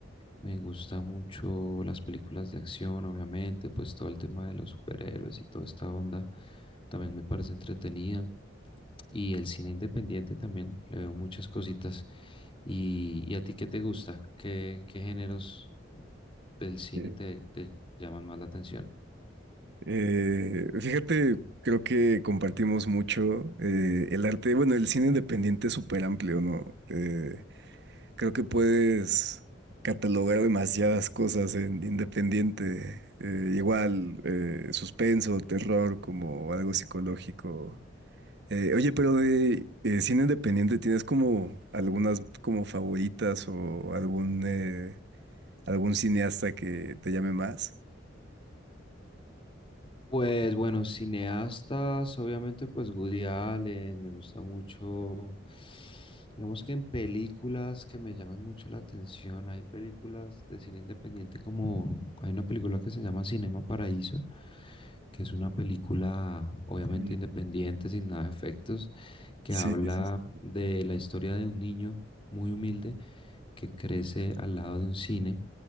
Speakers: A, on the left (about 30°); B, on the right (about 60°).
A: me gusta mucho las películas de acción, obviamente, pues todo el tema de los superhéroes y toda esta onda también me parece entretenida. Y el cine independiente también, le veo muchas cositas. ¿Y, y a ti qué te gusta? ¿Qué, qué géneros del cine
B: Sí.
A: te, te llaman más la atención?
B: Eh, fíjate, creo que compartimos mucho eh, el arte, bueno, el cine independiente es súper amplio, ¿no? Eh, Creo que puedes catalogar demasiadas cosas en independiente. Eh, igual, eh, suspenso, terror, como algo psicológico. Eh, oye, pero de eh, cine independiente, ¿tienes como algunas como favoritas o algún, eh, algún cineasta que te llame más?
A: Pues bueno, cineastas, obviamente, pues Woody Allen, me gusta mucho. Digamos que en películas que me llaman mucho la atención, hay películas de cine independiente como hay una película que se llama Cinema Paraíso, que es una película obviamente
B: Sí,
A: independiente, sin nada de efectos, que
B: sí,
A: habla
B: sí, sí. sí.
A: de la historia de un niño muy humilde que crece al lado de un cine